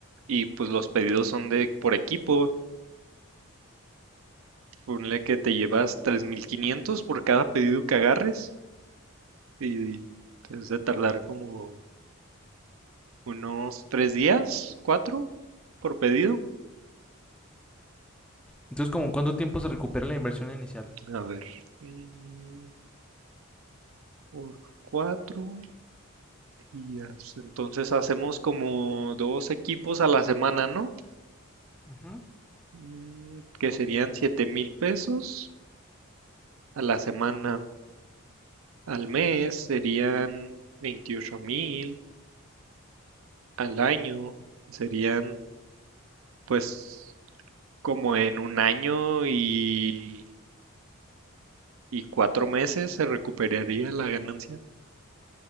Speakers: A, on the right; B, in the centre.
A: y pues los pedidos son de por equipo. Ponle que te llevas 3.500 por cada pedido que agarres Y es de tardar como unos tres días, cuatro por pedido.
B: Entonces, ¿como cuánto tiempo se recupera la inversión inicial?
A: A ver, mm, por cuatro días. Entonces hacemos como dos equipos a la semana, ¿no?
B: Ujú.
A: Mm, Que serían siete mil pesos a la semana. Al mes serían veintiocho mil. Al año serían, pues, como en un año y y cuatro meses se recuperaría la ganancia.